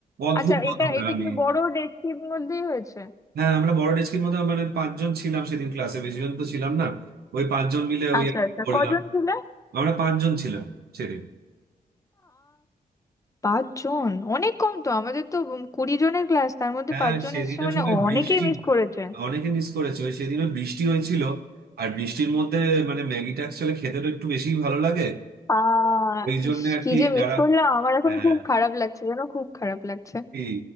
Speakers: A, on the right; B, on the left.
A: অদ্ভুত
B: আচ্ছা
A: গন্ধটা
B: এটা এটা
A: আমি
B: কি বড় ডেকচির মধ্যেই হয়েছে
A: হ্যাঁ আমরা বড় ডেস্কির মতো মানে পাঁচজন ছিলাম সেদিন ক্লাসে বেশি জন তো ছিলাম না ওই পাঁচজন মিলে ওই
B: আচ্ছা
A: আর কি
B: আচ্ছা
A: করলাম
B: কজন ছিলে
A: আমরা পাঁচজন ছিলাম সেদিন
B: পাঁচ জন অনেক কম তো আমাদের তো উম কুড়ি জনের ক্লাস তার মধ্যে
A: হ্যাঁ
B: পাঁচ জন
A: সেদিন
B: এসেছে মানে
A: আসলে বৃষ্টি
B: অনেকেই মিস করেছে
A: অনেকে মিস করেছে ওই সেদিনও বৃষ্টি হয়েছিল আর বৃষ্টির মধ্যে মানে ম্যাগিটা অ্যাকচুয়ালি খেতে তো একটু বেশি ভালো লাগে
B: আহ
A: ওই জন্য
B: ইস
A: আর
B: কি
A: কি
B: যে
A: যারা
B: মিস করলাম আমার এখন
A: হ্যাঁ
B: খুব খারাপ লাগছে জানো খুব খারাপ লাগছে
A: কি